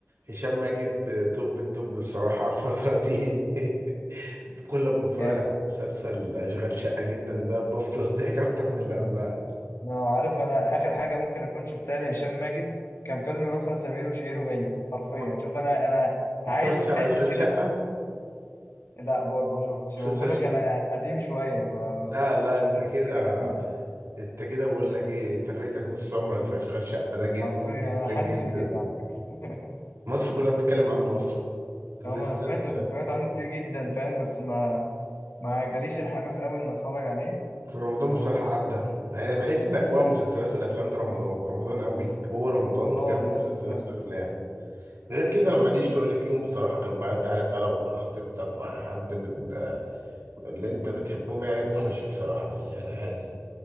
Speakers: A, on the right; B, on the left.
A: هشام ماجد آه، توب التوب بصراحة الفترة دي <laughs> كل ما بتفرج
B: يعني
A: على مسلسل اشغال شقة جدا ده بفطس ضحك اكتر من اللي قبلها
B: آه، عارف انا اخر حاجه ممكن اكون شفتها لهشام ماجد كان فيلم مثلا سمير وشهير وبهير حرفيا
A: ما
B: شوف انا انا عايش
A: اتفرجتش
B: في
A: على
B: حته
A: اشغال
B: كده
A: شقة
B: و- لا برضه ما شفتش
A: مسلسل
B: ما بقول لك انا قديم شويه ما
A: لا لا
B: مش
A: انت
B: في
A: كده
B: كده جديد
A: انت كده بقول لك ايه انت فايتك نص عمرك في اشغال شقه ده جدا
B: حرفيا
A: جدا
B: انا حاسس
A: جدا
B: بكده على فكره <laughs>
A: مصر كلها بتتكلم عنه اصلا وبالذات
B: هو انا سمعت سمعت عنه كتير جدا فاهم بس ما ما جاليش الحماس قوي ان اتفرج عليه
A: في رمضان
B: اه
A: بصراحه عدى يعني أنا بحس ان اجواء المسلسلات والافلام ده رمضان رمضان قوي هو رمضان
B: آه،
A: جاب
B: بجد
A: المسلسلات
B: فاهم
A: والافلام غير كده انا ماليش تقول فيهم بصراحه غير بقى انت عارف بقى لو مع خطيبتك مع حد من اللي انت بتحبهم يعني بتخش بصراحه فيه يعني عادي